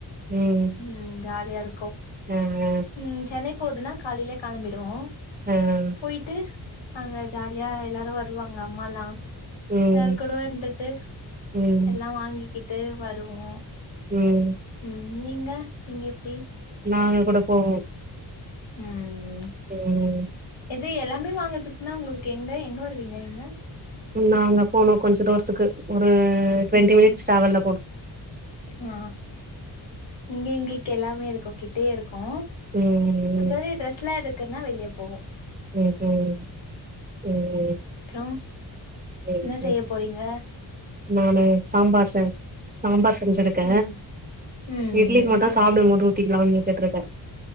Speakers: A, on the right (about 20°); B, on the left (about 75°).
A: ம்
B: ம் ஜாலியா இருக்கு
A: ம்
B: ம் சென்னை போதுனா காலையிலே கெளம்பிடுவோ
A: ம்
B: போய்ட்டு அங்க ஜாலியா எல்லாரு வருவாங்க அம்மாலா
A: ம்
B: எல்லார்க் கூடவு இருந்துட்டு
A: ம்
B: எல்லா வாங்கிட் வாங்கிக்கிட்டு வருவோ
A: ம்
B: ம் நீங்க நீங்க எப்டி
A: நாங்ககுட போவோ
B: ம்
A: ம் ம்
B: இது எல்லாமே வாங்கர்த்துக்னா உங்குளுக்கு எங்க எங்க வருவிங்க நீங்க
A: நாங்க போனோ கொஞ்சோ தூர்த்துக்கு ஒரு ட்வெண்ட்டி
B: ம்
A: மினிட்ஸ் ட்ராவல்ல போனு
B: ஆ இங்க எங்கள்க்கு எல்லாமேருக்கோ கிட்டயேருக்கோ
A: ம் ம்
B: மத்தபடி ட்ரெஸ்லா எடுக்கன்னா வெளிய போவோ
A: ம் ம் ம்
B: அப்றோ
A: சேரி
B: என்ன
A: சேரி
B: செய்ய போறிங்க
A: நானு சாம்பார் சென் சாம்பார் செஞ்சிருக்க
B: ம் ம்
A: இட்லி
B: ம்
A: மட்டோ ஸ் சாப்டமோது ஊத்திக்லாம்ன் நென்ச்சிட்ருக்கே